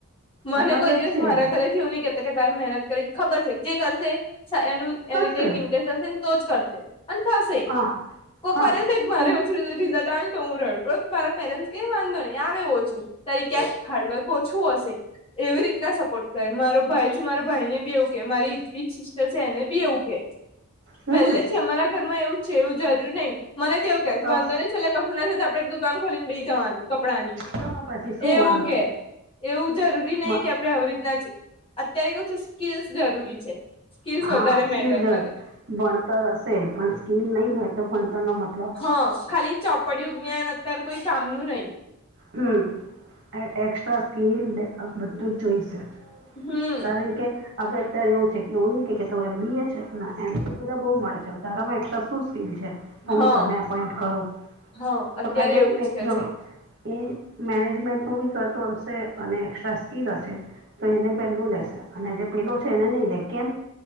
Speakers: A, on the left (about 25°); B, on the right (about 55°).
A: મને
B: અલગ
A: કોઈ
B: જ
A: દિવસ
B: છે
A: મારા
B: એ તો
A: ઘરેથી એવું નહી કેતા કે તારે મહેનત કરી ખબર છે જે કરશે એનું
B: કરશે
A: એને કંઈક ઇન્ટરેસ્ટ હશે ને તો જ કરશે અને થશે
B: હા
A: કોક
B: હા
A: વાર મારે
B: તો
A: રિઝલ્ટ આવેને તો હું રડ મારા પેરેન્ટસ કેય વાંધો નહી આવે ઓછું. ત્યારે ક્યાંક ફાડવકો ઓછું હશે એવી રીતના સપોર્ટ કરે મારો ભાઈ છે મારા ભાઈ ને બી એવું કે મારી એને બી એવું કે
B: હમ
A: પહેલે છે અમારા ઘરમાં એવું છે એવું જરૂરી નહીં. મને તોવું
B: તો
A: વાંધો નહી છેલ્લે કશું ના તો આપે એક દુકાન ખોલી ને બેઈ જવાનું કપડાંની.
B: તો પછી શું
A: એવું
B: વાંધો
A: કે એવું. જરૂરી નહી
B: મ
A: કે આપે આવી રીતના જ અત્યારે કેવું છે સ્કીલસ જરૂરી છે.
B: હા
A: સ્સ વધારે
B: સ્કીલ
A: મેટર
B: જ
A: કરે.
B: ભણતર હશે પણ સ્કીિલ નહીં હોય તો ભણતરના મત
A: હ ખાલી ચોપડીુંજ્ઞાન અત્ય્યારે કોઈ કામનું નહી.
B: હમ એક્સ્ટ્રા સ્કીલ બધું જ જોઈશે.
A: હમ
B: કારણ કે હવે અત્યારે એવું છે કે એવું ન એમ બીએ છે એમ બી તો બધા બહ મળે છે તારામાં એક્રા શું સ્કીલ છે. તો
A: હા
B: હું તને એપોઈન્ટ કરું
A: હા અત્યારે
B: તો
A: એવું જ કે છે
B: એ મેનેજમેન્ટનું બી કરતો હશે અને એક્સ્ટ્રા સ્કીિલ હશે. તો એને પેલું લેશે અને જે પેલું છે એને નહી લે કેમ